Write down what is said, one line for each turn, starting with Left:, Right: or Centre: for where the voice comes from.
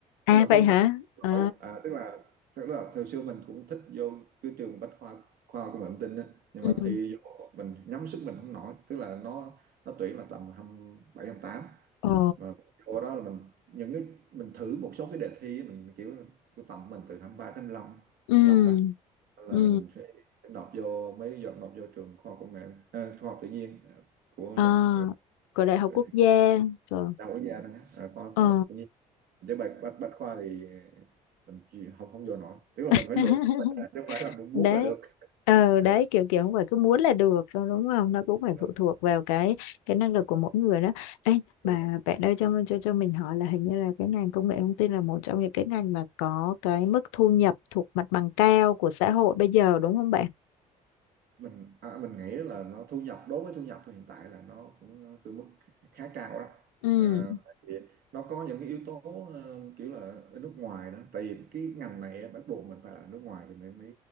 Left: à
Right: nhưng mà
Left: vậy
Right: thi
Left: hả
Right: khoa nói
Left: à
Right: à, tức là tức là hồi xưa mình cũng thích vô cái trường bách khoa khoa công nghệ thông tin á nhưng
Left: ừ
Right: mà thi vô mình nhắm sức mình không nổi tức là nó nó tuyển là tầm 27 tám,
Left: ồ
Right: mà vô đó là mình những cái mình thử một số cái đề thi á, mình kiểu kiểu tầm mình từ hai ba tới 25 25
Left: ừ
Right: ra là
Left: ừ
Right: mình phải nộp vô mấy giờ nộp vô trường khoa học công nghệ à, khoa học tự nhiên à, của
Left: à
Right: đại học
Left: của đại học
Right: ở
Left: quốc
Right: Sài
Left: gia
Right: Gòn
Left: rồi
Right: đa quốc gia đó à, khoa,
Left: ờ
Right: khoa học tự nhiên chứ bách bách bách khoa thì mình chỉ, không không vô nổi tức là mình
Left: <laughs>
Right: phải lựa bách ra, chứ không phải là mình muốn
Left: đấy
Right: là được
Left: ờ
Right: Ờ,
Left: đấy kiểu kiểu không phải cứ muốn là được đâu đúng không nó cũng phải
Right: Ờ,
Left: phụ thuộc vào cái cái năng lực của mỗi người đó Ê, mà
Right: đúng rồi.
Left: bạn ơi cho cho cho mình hỏi là hình như là cái ngành công nghệ thông tin là một trong những cái ngành mà có cái mức thu nhập thuộc mặt bằng cao của xã hội bây giờ đúng không bạn
Right: mình à, mình nghĩ là nó thu nhập đối với thu nhập hiện tại là nó cũng từ mức khá cao đó
Left: ừ
Right: à, tại vì nó có những cái yếu tố ờ, kiểu là ở nước ngoài đó tại vì cái ngành này á, bắt buộc mình phải là nước ngoài thì mới mới